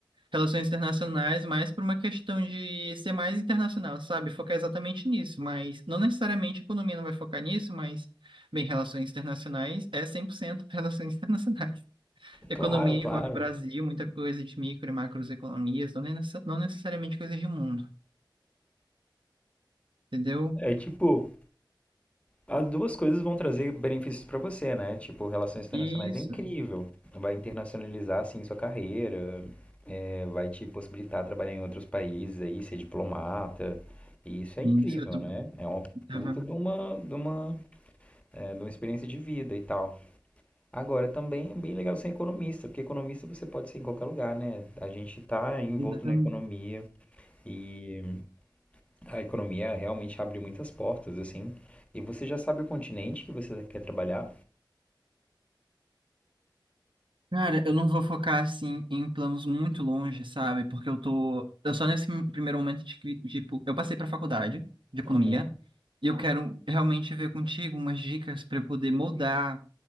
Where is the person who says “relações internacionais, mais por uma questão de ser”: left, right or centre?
Right